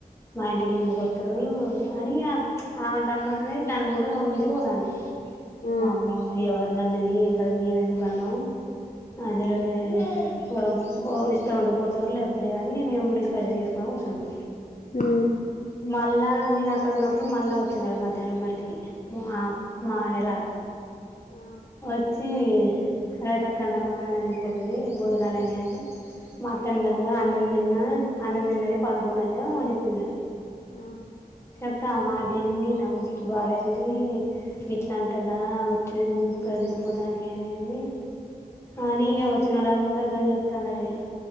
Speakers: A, on the left; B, on the left.
A: మా ఇంటికి ఎందుకొత్తరు అని ఇగ ఆమె ని రమ్మన ని అనుకుంటా రోడ్డుమీదికి పోతాంది
B: ఆ,
A: వామ్మో ఏవర్ అవున్ నన్నది <unintelligible> మేము నన్నది ఏం కదా మేం ఎందుకు అన్నాం. అసలు పోరాం పో ఇష్టం ఉంటే పోతారు లేకపోతే లేదు, అని మేము డిస్కర్షన్ చేసుకుని కూసున్నం.
B: ఉమ్
A: మళ్ళ నేను అక్కడ ఉన్నప్ ఇప్పుడు మళ్ళ వచ్చినాడు మధ్యాహ్నం మా ఇన్ టికి మా మా ఎరాల్
B: ఆ
A: వచ్చి రజితక్కని రమ్మను అన్నం తిని పోతది, భోజనాలు అయినాయి అంటే మా అత్త అన్నదటగా అన్నం తిన్న అన్నం తిన్నది పడుకున్నది ఏమో చెప్పిందట.
B: ఆహా
A: చెప్తా మా దీన్ని నా ముస్ మస్తు బాధయింది ఇట్లా అంటదా వచ్చి ఇంటికాడ తిని పోతానికి ఏమైంది, అని ఇగ వచ్చినోళ్ల అందరితోని చెప్తందటె.